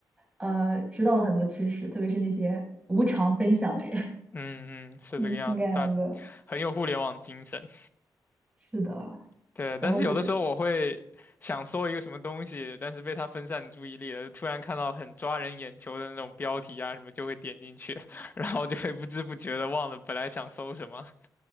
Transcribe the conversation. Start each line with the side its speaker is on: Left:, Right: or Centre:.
Right: 呃知道了很多知识，特别是那些无偿分享的人，
Left: 嗯嗯，是这个样子，
Right: <laughs> 嗯，挺感恩的，
Left: 大很有互联网精神。
Right: 是的。
Left: 对，
Right: 然后就是，
Left: 但是有的时候我会想搜一个什么东西，但是被它分散注意力了突然看到很抓人眼球的那种标题啊什么，就会点进去，<laughs> 然后就会不知不觉的忘了本来想搜什么。